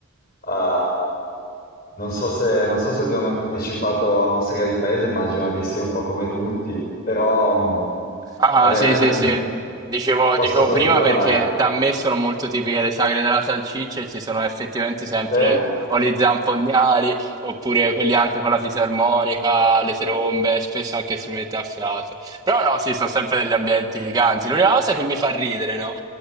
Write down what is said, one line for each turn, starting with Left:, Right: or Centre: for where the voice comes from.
Left: ah, non so se, non so se tu hai mai partecipato a una serie di paese, immagino di sì, un po' come tutti, però mh,
Right: Ah,
Left: è veramente
Right: sì, sì,
Left: un
Right: sì. Dicevo,
Left: posto
Right: dicevo
Left: particolare.
Right: prima perché da me sono molto tipiche le sagre della salsiccia e ci sono effettivamente sempre
Left: Se?
Right: o gli zampognari oppure quelli anche con la fisarmonica, le trombe, spesso anche strumenti a fiato. Però no, sì, sono sempre degli ambienti ganzi. L'unica cosa che mi fa ridere, no?